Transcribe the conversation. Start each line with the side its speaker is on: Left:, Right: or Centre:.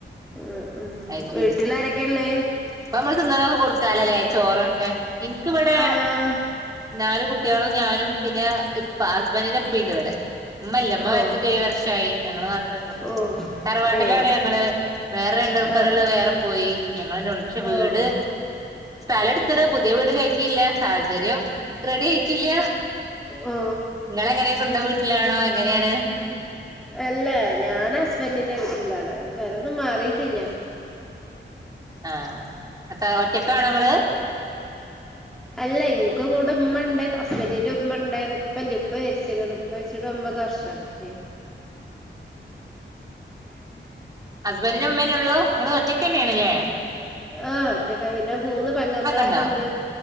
Centre: ഉം ഉം
Right: അയ് ശരി
Centre: വീട്ടിലാരൊക്കെയുള്ളേ
Right: ഇപ്പ നമ്മള് തിന്ന് ണൊ - കൊടുക്കാലല്ലേ ചോറൊക്കെ ഇൻക്കിവിടെ
Centre: ആഹ്
Right: നാല് കുട്ടികളും ഞാനും പിന്നെ ഇപ്പ ഹസ്ബന്റിന്റെ ഇപ്പണ്ട് ഇവിടെ. ഉമ്മല്ല മ്മ
Centre: ഓ
Right: മരിച്ചിട്ട് ഏഴ് വർഷായി ഞങ്ങള് മാത്രേ ള്ളൂ
Centre: ഓ
Right: തറവാട്ടിലാണ്
Centre: ഏ
Right: ഞങ്ങള്. വേറെ രണ്ടാൾ- ക്കാരുള്ളത്
Centre: ആഹ്
Right: വേറെ പോയി ഞങ്ങളന്നെ ഉള്ളൂ പക്ഷെ വീട്
Centre: ഓ ഉം
Right: സ്ഥലം എടുത്ത്ണ് പുതിയ വീട് കയ റ്റില്ല സാഹചര്യം റെഡി ആയിട്ടില്ല
Centre: ഓ
Right: നിങ്ങളെങ്ങനെ സ്വന്തം വീട്ടിലാണോ എങ്ങനെയാണ്
Centre: അല്ല ഞാൻ ഹസ്ബൻറിന്റെ വീട്ടിലാണ് അത് പെരൊന്നും മാറീട്ടില്ല
Right: ആഹ അപ്പോ ഒറ്റക്കാണോ ങ്ങള്
Centre: അല്ല ഇനിക്ക് കൂടെ ഉമ്മ ഉണ്ട് ഹുസ്ബൻഡ്ന്റെ ഉമ്മ ഉണ്ട് ഉപ്പല്ല ഉപ്പ മരിച്ചിക്ക്ണ്. ഉപ്പ മരിച്ചിട്ട് ഒൻപതു വ- ർഷായി ഉം <inaudible>
Right: ഹസ്ബൻറിനും ഉമ്മന്നേ ഉള്ളൂ നിങ്ങള് ഒറ്റക്ക് തന്നേണ് ല്ലേ
Centre: ആഹ ഒറ്റക്ക പിന്നെ മൂന്ന് പെങ്ങമ്മമാരുണ്ട്
Right: ഉണ്ടോ